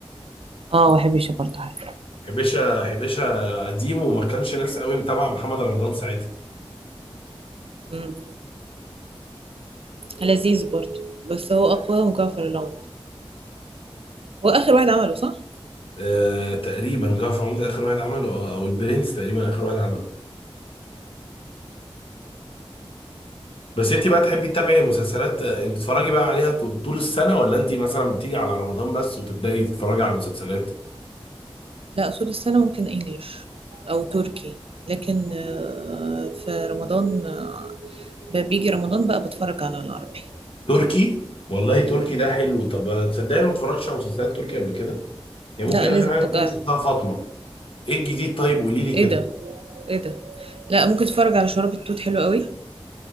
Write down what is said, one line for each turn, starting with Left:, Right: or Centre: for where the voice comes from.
Right: اه بحب الشطة حاجة
Left: حبيشة حبيشة قديم وما كانش ناس قوي متابعة محمد رمضان ساعتها
Right: مم. لذيذ برضو بس هو أقوى مجعفر العمدة هو آخر واحد عمله صح؟
Left: آه، تقريبا جعفر العمدة اخر واحد عمله آه، او البرنس تقريبا اخر واحد عمله بس انت بقى تحبي تتابعي مسلسلات آه، انت تتفرجي بقى عليها ط- طول السنة ولا انت مثلا بتيجي على رمضان بس وتبدأي تتفرجي على مسلسلات
Right: لا أصول السنة ممكن إنجليش أو تركي لكن آه، في رمضان آه، ب- بيجي رمضان بقى بتفرج على العربي
Left: تركي والله تركي ده حلو طب تصدقني ما اتفرجتش على مسلسلات تركي قبل كده يعني
Right: لا
Left: ممكن اخر
Right: لازم
Left: حاجة
Right: تجاه
Left: اكون شفتها فاطمة ايه الجديد طيب قولي لي
Right: ايه
Left: كده
Right: ده ايه ده لا ممكن تتفرج على شراب التوت حلو قوي